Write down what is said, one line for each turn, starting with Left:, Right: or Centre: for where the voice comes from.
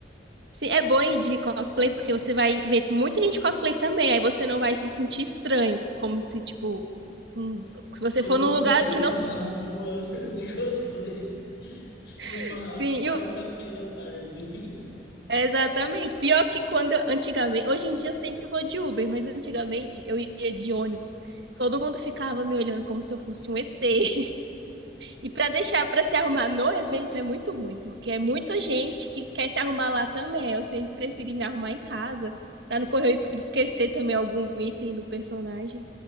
Right: sim, é bom ir de cosplay, porque você vai ver muita gente cosplay também, aí você não vai se sentir estranho, como se, tipo, hum, se você
Left: Como
Right: for num
Left: se tu
Right: lugar
Left: saísse
Right: que não se...
Left: na rua <laughs> de cosplay numa
Right: <laughs> Sim,
Left: quarta-feira
Right: eu-
Left: à tarde.
Right: é exatamente. Pior que quando, eu- antigamente, hoje em dia eu sempre vou de Uber, mas antigamente eu ia de ônibus. Todo mundo ficava me olhando como se eu fosse um ET. E para deixar para se arrumar no evento é muito ruim, porque é muita gente que quer se arrumar lá também. Eu sempre preferi me arrumar em casa, para não correr o risco de esquecer também algum item do personagem.